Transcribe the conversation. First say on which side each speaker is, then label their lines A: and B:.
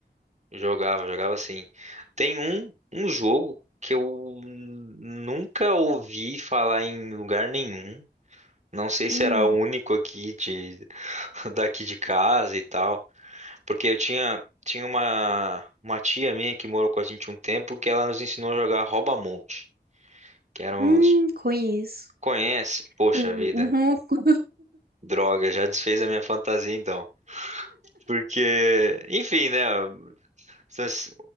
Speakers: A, on the right; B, on the right.
A: Jogava, jogava assim. Tem um, um jogo que eu nunca ouvi falar em lugar nenhum. Não sei
B: Hum,
A: se era o único aqui de <laughs> daqui de casa e tal, porque eu tinha tinha uma uma tia minha que morou com a gente um tempo que ela nos ensinou a jogar rouba-monte, que eram
B: hum,
A: os
B: conheço.
A: conhece, poxa
B: Com,
A: vida,
B: uhum, com,
A: droga, já desfez a minha fantasia então. Porque, enfim, né? Vocês-